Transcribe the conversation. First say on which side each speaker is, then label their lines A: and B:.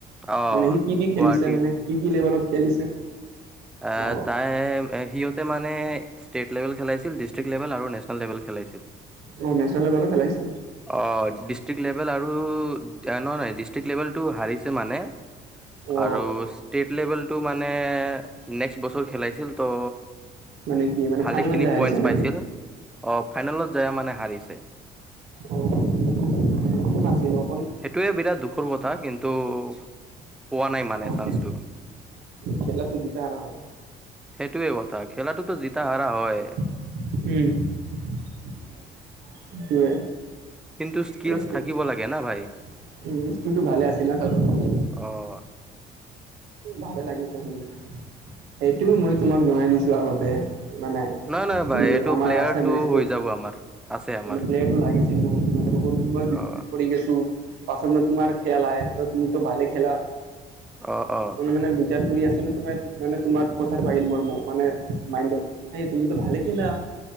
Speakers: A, in the centre; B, on the right (about 80°).
A: অ
B: মানে সি কি, কি
A: গুৱাহাটী
B: খেলিছে মানে কি, কি লেভেলত খেলিছে?
A: আ,
B: অ
A: তাই সিহঁত মানে ষ্টেট লেভেল খেলাইছিল ডিষ্ট্ৰিক্ট লেভেল আৰু নেচনেল লেভেল খেলাইছিল।
B: অ', নেশ্যনেল লেভেলো খেলাইছিল।
A: অ', ডিষ্ট্ৰিক লেভেল আৰু নহয় নহয় ডিষ্ট্ৰিকট লেভেলটো হাৰিছে মানে
B: অ
A: আৰু ষ্টেট লেভেলটো মানে নেক্সট বছৰ খেলাইছিল ত'
B: মানে কি মানে
A: ভালে
B: ফাইনেলত
A: খিনি
B: যাই হাৰিছে
A: পইন্ট
B: নেকি
A: পাইছিল অ, ফাইনেলত যাই মানে হাৰিছে।
B: অ', কোন নাছিল অ?
A: সেইটোৱে বিৰাট দুখৰ কথা কিন্তু পোৱা নাই মানে
B: অ
A: চান্সটো
B: খেলা তো জিতা হাৰা হয়।
A: সেইটোৱে কথা খেলাটোতো জিতা হাৰা হয়
B: উম, সেইটোৱে
A: কিন্তু স্কিলচ
B: আৰু উম,
A: থাকিব লাগে না ভাই।
B: স্কুলটো ভালে আছিল না চাৰৰ
A: অ',
B: ভালে লাগিছে শুনি সেইটো মই তোমাক জনাই দিছো আগতে। মানে
A: নাই নাই
B: কি
A: ভাই এইটো
B: আমাৰ
A: প্লেয়াৰটো
B: আছে মেচটো
A: হৈ যাব আমাৰ আছে আমাৰ।
B: মানে প্লেটো লাগিছিল মোৰ মই বিপদত
A: অ
B: পৰি গৈছো, পাছত মই তোমাৰ খিয়াল আহে তুমিতো ভালে খেলা
A: অ অ
B: মনে মনে বিচাৰ কৰি আছিলোঁ তোমাৰ মানে তোমাৰ কথাটো আহিল মোৰ, মানে মাইণ্ডত সেই তুমিতো ভালে খেলা।